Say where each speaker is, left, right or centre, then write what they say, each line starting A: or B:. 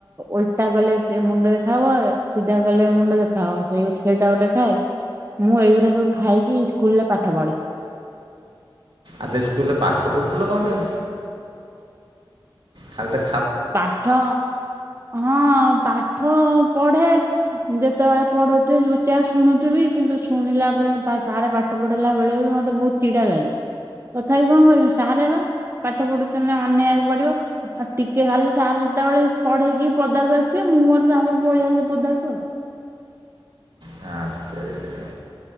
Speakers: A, on the right (about 30°); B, on the right (about 65°).
A: ଓଲଟା କଲେ ମୁଣ୍ଡ ଦେଖାହବ ସିଧା କଲେ ମୁଣ୍ଡ ଦେଖାହବ ସେଇ ସେଇଟା ଗୋଟେ ଖାଏ ମୁଁ ଏଇଉରା ସବୁ ଖାଇକି ସ୍କୁଲରେ ପାଠ ପଢ଼େ।
B: ଆଦେ ସ୍କୁଲରେ ପାଠ ପଢ଼ୁଥିଲ କଟେ ଖାଲିତ
A: ପାଠ ହଁ ପାଠ ପଢ଼େ ଯେତେବେଳେ ପଢ଼ଉଥିବେ ଚୁପଚାପ୍ ଶୁଣୁଥିବି କିନ୍ତୁ ଶୁଣିଲା ପରେ ସାର୍ ପାଟି ପାଠ ପଢ଼େଇଲା ବେଳେବି ମତେ ବହୁତ୍ ଚିଡ଼ା ଲାଗେ ତଥାପି କଣ କରିମି ସାର୍ ବା ପାଠ ପଢୁଛନ୍ତି ଅନେଇବାକୁ ପଡ଼ିବ ଆଉ ଟିକେ କିଏ ଖାଲି ସାର୍ ଯେତେବେଳେ ପଢେଇକି ପଦାକୁ ଆସିବେ ମୁଁହେତେ ତାପରେ ପଳେଇଆସେ ପଦାକୁ ଆଉ।
B: ହା ତେରିକା।